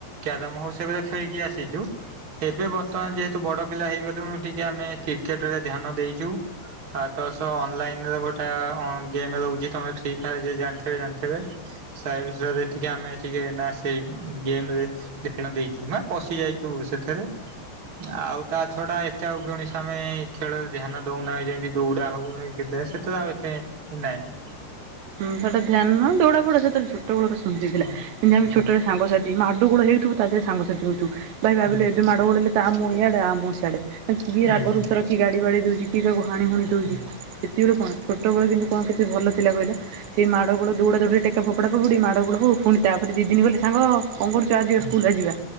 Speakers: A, on the right; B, on the right.
A: କ୍ୟାରମ ହଉ ସେଇ ଭଳିଆ ଖେଳିକି ଆସିଛୁ ଏବେ ବର୍ତ୍ତମାନ ଯେହେତୁ ବଡ ପିଲା ହେଇଗଲୁଣୁ। ଟିକେ ଆମେ କ୍ରିକେଟ ରେ ଧ୍ୟାନ ଦେଇଛୁ ଆ‌ ତ ସ। ଅନଲାଇନ ରେ ଗୋଟା ଅଁ ଗେମ୍ ରହୁଛି ତମେ ଫ୍ରି ଫାୟର ଯଦି ଜାଣିଥିବେ ଜାଣିଥିବେ। ସେ ବିଷୟରେ ଟିକେ ଆମେ ଟିକେ ନା ସେଇ ଗେମ ରେ। ଧ୍ୟାନ ଦେଇଛୁ ମାନେ ପଶି ଯାଇଛୁ ସେଥେରେ। ଆଉ ତା ଛଡା ଏତେ ଆଉ କୌଣସି ଆମେ ଖେଳରେ ଧ୍ୟାନ ଦଉନା ଯେମିତି ଦୌଡା ହଉ। ବିଧା ସେଥେରେ ଆଉ ଏତେ ନାଇଁ।
B: ହୁଁ ସେଟା ଧ୍ୟାନ ନୁହଁ ଦୌଡା ଫୌଡା ସେତେବେଳେ ଛୋଟ ବେଳର ସୁଜି ଥିଲା
A: ହଁ
B: ଯେମିତି ଆମେ
A: ହଁ
B: ଛୋଟ ବେଳେ। ସାଙ୍ଗସାଥି ମାଡ଼ ଗୋଳ ହେଇଥିବୁ ତା ଦେହରେ ସାଙ୍ଗସାଥି ହଉଥିବୁ ଭାଇ ଭାବିଲେ
A: ହୁଁ
B: ଏବେ ମାଡ଼ ଗୋଳ ହେଲେ। ତା ମୁହଁ ଇଆଡେ ଆ ମୁଁହ ସିଆଡେ କି ରାଗରୁସା
A: ହୁଁ
B: ରଖି ଗାଡି ବାଡେଇ ଦଉଛି। କିଏ କାହାକୁ ହାଣି ହୁଣି ଦଉଛି
A: ହୁଁ ହୁଁ
B: ସେତିି ବେଳେ କଣ ଛୋଟ ବେଳେ କିନ୍ତୁ କଣ କେତେ ଭଲ ଥିଲା କହିଲ। ସେଇ ମାଡ଼ ଗୋଳ ଦୌଉଡା ଦଉଡି ରେ ଟେକା ଫୋପଡା ଫୋପଡି ମାଡ଼ ଗୋଳ ହଉ ପୁଣି ତାପରେ ଦି ଦିନ ଗଲେ ସାଙ୍ଗ କଣ କରୁ ଚୁ ଆ‌ ଯିବା
A: ହଁ।
B: ସ୍କୁଲ ଆ ଯିବା